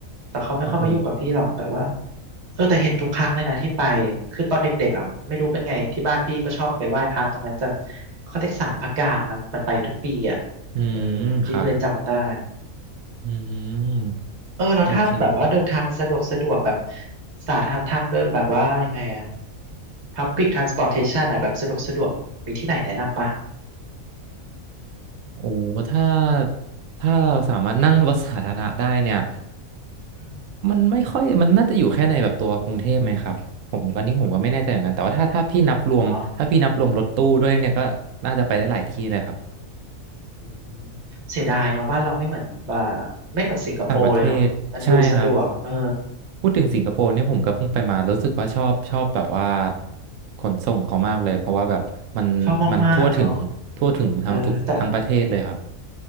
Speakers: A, on the right; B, on the right.
A: แต่เขาไม่ค่อยมายุ่งกับพี่หรอกแต่ว่า
B: โอ้โห
A: เออแต่เห็นทุกครั้งเลยนะที่ไปคือตอนเด็กๆอ่ะไม่รู้เป็นไงที่บ้านพี่ก็ชอบไปไหว้พระตรงนั้นจันเขาเรียกศาลพระการมั้งมันไปทุกปีอ่ะ
B: อืมครับ
A: เออพี่ก็เลยจำได้
B: อืม
A: เออแล้วถ้าแบบว่าเดินทางสะดวกสะดวกแบบ
B: โอเค
A: สาธารทางเดินแบบว่ายังไงอะ Public Transportation อะแบบสะดวกสะดวกมีที่ไหนแนะนำป่ะ
B: โอ้ถ้า ถ้าเราสามารถนั่งรถสาธารณะได้เนี่ย
A: อืม
B: มันไม่ค่อยมันน่าจะอยู่แค่ในแบบตัวกรุงเทพไหมครับผมตอนนี้ผมก็ไม่แน่ใจเหมือนกันแต่ว่าถ้าถ้าพี่นับรวมถ้าพี่นับรวมรถตู้ด้วยเนี่ยก็น่าจะไปได้หลายที่เลยครับ
A: เนาะอืมเสียดายเนาะบ้านเราไม่เหมือนบ่าไม่เหมือนสิงคโปร์เลยเนาะมันดูสะดวกเออ
B: ต่างประเทศใช่ครับพูดถึงสิงคโปร์เนี่ยผมก็เพิ่งไปมา รู้สึกว่าชอบชอบแบบว่าขนส่งเขามากเลยเพราะว่าแบบมันมันทั่วถึงทั่วถึงทั้งทุกทั้งประเทศเลยครับ
A: ชอบมากๆเนาะเออแต่